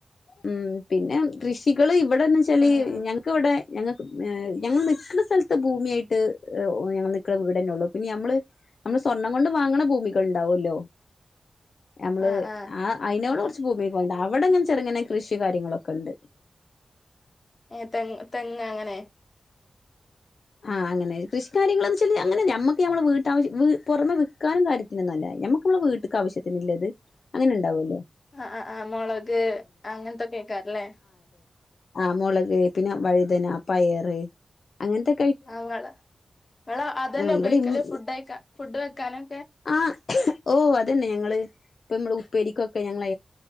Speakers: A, on the left (about 60°); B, on the left (about 35°).
A: ഉ പിന്നെ കൃഷികൾ ഇവിടെന്ന് വെച്ചാൽ
B: ആഹ് ആഹ്
A: ഞങ്ങക്കക്ക്ിവിടെ ഞങ്ങൾക്ക് ഞങ്ങൾ നിട്ടുന്ന സ്ഥലത്ത് ഭൂമിയായിട്ട് ഞങ്ങൾ നിിക്കുന്ന വീട്ന്നെ ഉള്ളൂ പിന്നെ ഞമ്മള് നമ്മള് സ്വർണ്ണം കൊണ്ട് വാങ്ങണ ഭൂമികൾ ഉണ്ടാവല്ലോ നമ്മള്
B: ആഹ് ആഹ്
A: ആ അതിനോടെ
B: ആഹ്
A: കുറച്ച് ഭൂമിക്ക് പോയി അവിടെങ്ങെ ചെറുങ്ങനെ കൃഷി കാര്യങ്ങളൊക്കെ ഉണ്ട്
B: ഏ തെ തെങ്ങ് അങ്ങനെ
A: ആഹ് അനെ കൃഷി കാര്യങ്ങളന്ന് വെച്ചാല് അങ്ങനെ നഞമ്മക്ക് ഞമ്മൾ വീട്ടശ്യ പുറമെ വിൽക്കാനും കാര്യത്തിനന്നല്ല നമ്മക്ക് നമ്മള വീട്ട ആവശ്യത്തിനുള്ളത് അങ്ങനെണ്ടാവുമല്ലോ
B: ആ ആ് ആ മുളക് അങ്ങനത്തൊക്കെ കേക്കാറല്ലേ
A: ആ് മുളക് പിന്നെ വഴുതന പയറ് അങ്ങനത്തെെ
B: അങ്ങ നി അത്ന്നെ
A: ആഹ്
B: ഉപയോഗിക്കല്
A: ഇവിടെ
B: ഫുഡ് ഫുഡ് വെക്കാനും
A: ആഹ് ഓഹ അതന്നെ ഞങ്ങൾ ഇപ്പ നമ്മടെ ഉപ്പേരിക്കൊക്കെ ഞങ്ങ്